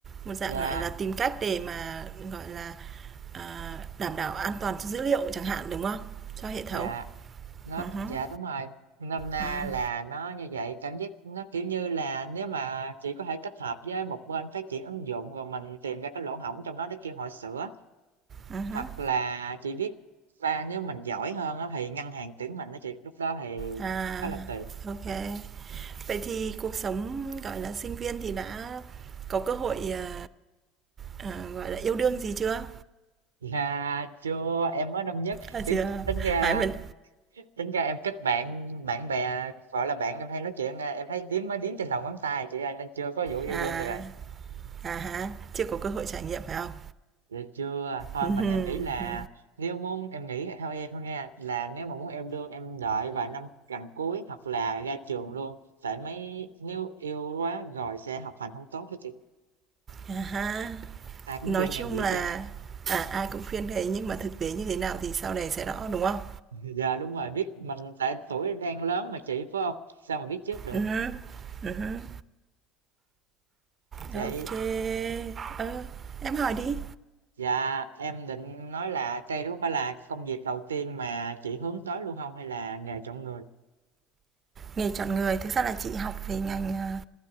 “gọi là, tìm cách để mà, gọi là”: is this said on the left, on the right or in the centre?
Right